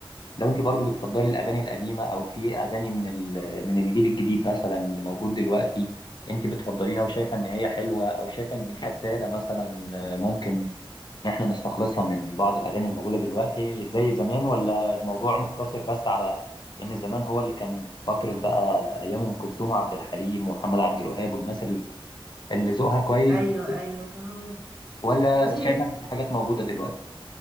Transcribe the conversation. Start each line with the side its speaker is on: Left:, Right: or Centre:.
Left: لو انت برضو بتفضلي الاغاني القديمه او في اغاني من ال... من الجيل الجديد مثلا اللي موجود دلوقتي انت بتفضليها وشايفه ان هي حلوه او شايفه ان فيها رساله مثلا ممكن ان احنا نستخلصها من بعض الاغاني اللي موجوده دلوقتي زي زمان ولا الموضوع مقتصر بس على ان زمان هو اللي كان فتره بقى ايام ام كلثوم وعبد الحليم ومحمد عبد الوهاب والناس اللي اللي ذوقها كويس
Right: ايوه
Left: دي
Right: ايوه فهمك
Left: ولا
Right: بص هي
Left: شايفه ان في حاجات موجوده دلوقتي؟